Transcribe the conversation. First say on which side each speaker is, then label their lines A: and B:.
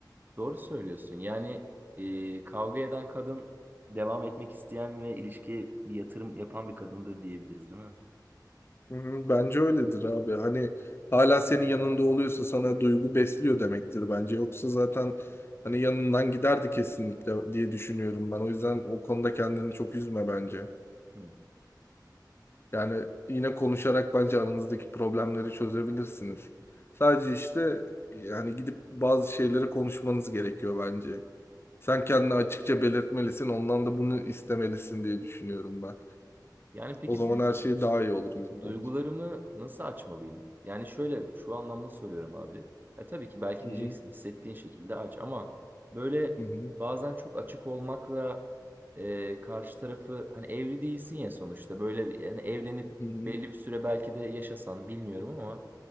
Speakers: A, on the right; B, on the left.
A: doğru söylüyorsun. Yani e, kavga eden kadın devam etmek isteyen ve ilişkiye bir yatırım yapan bir kadındır diyebiliriz, değil mi?
B: Hı hı, Bence öyledir abi. Hani hala senin yanında oluyorsa sana duygu besliyor demektir bence. Yoksa zaten hani yanından giderdi kesinlikle diye düşünüyorum ben. O yüzden o konuda kendini çok üzme bence.
A: Hı.
B: Yani yine konuşarak bence aranızdaki problemleri çözebilirsiniz. Sadece işte yani gidip bazı şeyleri konuşmanız gerekiyor bence. Sen kendini açıkça belirtmelisin. Ondan da bunu istemelisin diye düşünüyorum ben.
A: Yani peki
B: O zaman
A: duy-
B: her şey daha iyi olur gibi
A: Duygularımı
B: bence.
A: nasıl açmalıyım? Yani şöyle şu anlamda soruyorum abi. Ya tabii ki belki
B: Hı hı,
A: diyeceksin hissettiğin şekilde aç ama böyle
B: hı hı,
A: bazen çok açık olmakla e, karşı tarafı hani evli değilsin ya sonuçta böyle bir- yani evlenip
B: hı hı.
A: belli bir süre belki de yaşasan bilmiyorum ama